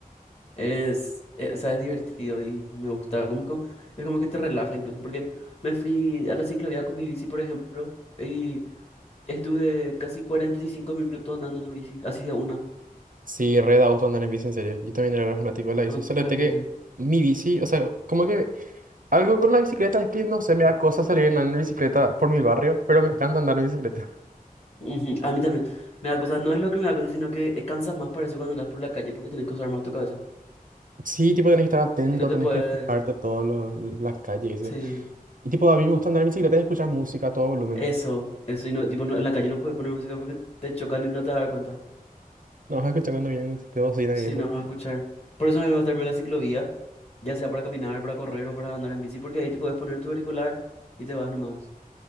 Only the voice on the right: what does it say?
Sí, re da gusto andar en bici, en serio. Yo también era re fanático de la bici.
Solo que mi bici, o sea, como que algo con la bicicleta es que no sé, me da cosa salir en en bicicleta por mi barrio, pero me encanta andar en bicicleta. <laughs>
Sí, tipo, tenés que estar atento,
tenés
que fijarte todas las calles y eso.
Y tipo, a mí me gusta andar en bicicleta y escuchar música a todo volumen.
No vas a escuchar cuando vienen así de bocina
y eso.